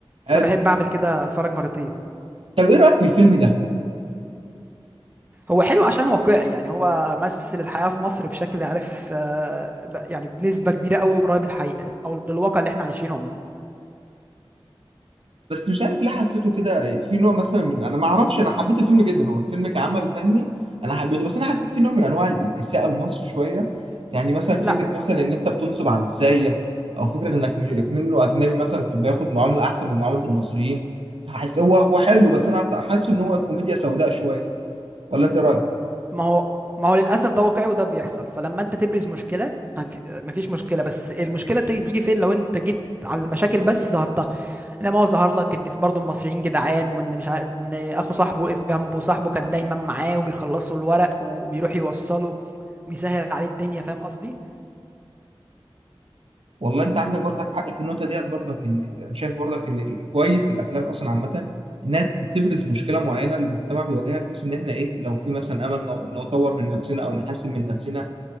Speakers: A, on the right (about 20°); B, on the right (about 75°).
A: بس
B: حلو
A: انا بحب اعمل كده اتفرج مرتين
B: طب ايه رايك في الفيلم ده
A: هو حلو عشان واقعي يعني هو مثل الحياه في مصر بشكل عارف آه، ب- يعني بنسبه كبيره قوي قريب للحقيقه او للواقع اللي احنا عايشينه عموما
B: بس مش عارف ليه حسيته كده في نوع مثلا من انا ما اعرفش انا حبيت الفيلم جدا هو الفيلم كعمل فني انا حبيته بس انا حسيت في نوع من انواع ال- الاساءه لمصر شويه يعني مثلا
A: لا
B: فكره مثلا ان انت بتنصب على السايح او فكره انك م- منه اجنبي مثلا في بياخد معامله احسن من معامله المصريين فحس هو هو حلو بس انا حاسه ان هو كوميديا سوداء شويه ولا انت رأيك؟
A: ما هو ما هو للاسف ده واقعي وده بيحصل فلما انت تبرز مشكله هنف- مفيش مشكله بس المشكله تيجي تيجي فين لو انت جيت على المشاكل بس ظهرتها انما هو ظهر لك ان في برضه المصريين جدعان وان مش عارف ان اخو صاحبه وقف جنبه صاحبه كان دايما معاه وبيخلصوا الورق وبيروح يوصله بيسهل عليه الدنيا فاهم قصدي
B: والله انت عندك برضك حق في النقطه ديت برضك ان انا شايف برضك ان الكويس الافلام اصلا عامه انها تبرز مشكله معينه المجتمع بيواجهها بحيث ان احنا ايه لو في مثلا امل ن- نطور من نفسنا او نحسن من نفسنا